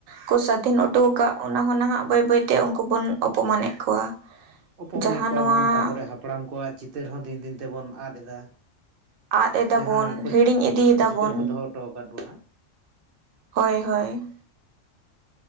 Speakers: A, on the right; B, on the right.
A: ᱠᱚ ᱥᱟᱹᱫᱷᱤᱱ ᱦᱚᱴᱚ ᱠᱟᱜ ᱚᱱᱟ ᱦᱚᱸ ᱱᱟᱦᱟᱜ ᱵᱟᱹᱭ ᱵᱟᱹᱭᱛᱮ ᱩᱝᱠᱩ ᱵᱚᱱ ᱚᱯᱚᱢᱟᱱᱮᱜ ᱠᱚᱣᱟ᱾
B: ᱚᱯᱚᱢᱟᱱᱮᱫ
A: ᱡᱟᱦᱟᱸ
B: ᱠᱚᱣᱟ
A: ᱱᱚᱣᱟ
B: ᱵᱚᱱ ᱛᱟᱨᱯᱚᱨᱮ ᱦᱟᱯᱲᱟᱢ ᱠᱚᱣᱟᱜ ᱪᱤᱛᱟᱹᱨ ᱦᱚᱸ ᱫᱤᱱ ᱫᱤᱱ ᱛᱮ ᱵᱚᱱ ᱟᱫ ᱫᱟ᱾
A: ᱟᱫ ᱮᱫᱟᱵᱚᱱ
B: ᱡᱟᱦᱟᱸ ᱠᱚ
A: ᱦᱤᱲᱤᱧ ᱤᱫᱤᱭᱮᱫᱟᱵᱚᱱ
B: ᱟᱠᱚ ᱪᱤᱛᱟᱹᱨ ᱠᱚ ᱫᱚᱦᱚ ᱦᱚᱴᱚ ᱟᱠᱟᱫ ᱵᱚᱱᱟ᱾
A: ᱦᱳᱭ ᱦᱳᱭ